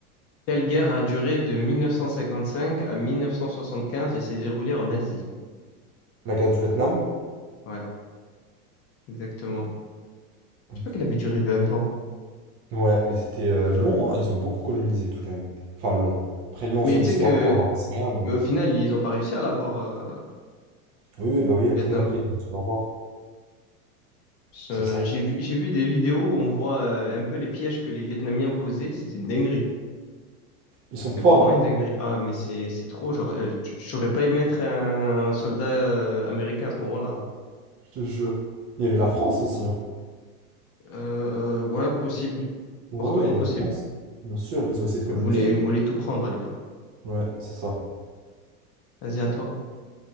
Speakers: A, on the left; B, on the right.
A: Quelle guerre a duré de 1955 à 1975 et s'est déroulée en Asie?
B: La guerre du Vietnam?
A: Ouais, exactement.
B: Ok.
A: Je sais pas qu'elle avait duré 20 ans.
B: Ouais, mais c'était euh, long, hein. Ils ont beaucoup colonisé tout quand même. Enfin, long. Après, long
A: Mais
B: sur
A: tu
B: l'histoire,
A: sais que,
B: enfin, j'en sais rien, mais...
A: mais au final, ils ont pas réussi à l'avoir, euh,
B: Oui, oui, bah oui, Athènes,
A: Vietnam.
B: après, ils vont se revoir.
A: Ce-
B: C'est ça.
A: J'ai vu, j'ai vu des vidéos où on voit euh, un peu les pièges que les Vietnamiens posaient, c'est une dinguerie.
B: Ils sont
A: C'est
B: forts,
A: vraiment
B: hein,
A: une dinguerie. Ah, mais c'est c'est trop. Genre, euh, tu- j'aurais pas aimé être un soldat euh, américain à ce moment-là.
B: je te jure. Il y avait la France aussi, hein.
A: Euh, euh, ouais, possible.
B: Ouais,
A: Fortement
B: ouais, il y
A: possible.
B: avait la France. Bien sûr, ils ont essayé de coloniser.
A: Ils voulaient, ils voulaient tout prendre à l'époque.
B: Ouais, c'est ça.
A: Vas-y, à toi.